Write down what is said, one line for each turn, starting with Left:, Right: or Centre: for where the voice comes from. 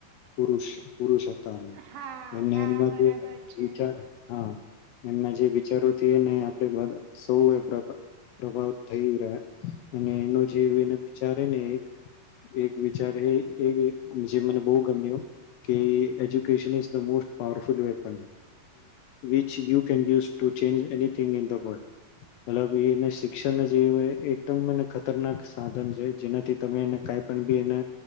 Left: પુરુષ પુરુષ તામ
Right: હા
Left: <unintelligible>
Right: હા બરાબર
Left: જે
Right: છે
Left: વિચાર હા એમના જે વિ જરૂર થી ને આપડે બધ સવે એ પ્રભાવ થઈ રહ્યા અને એનો જે એને વિચારેને એ એક વિચારે જે મને બો ગમ્યું કે education is the most powerful weapon which you can use to change anything in the world મલબી ઈ ને શ શિક્ષામાં જે હોયે એકદમ મ ખતરનાક સાધન છે જેનાથી તમે એને કઈ પણ બી એને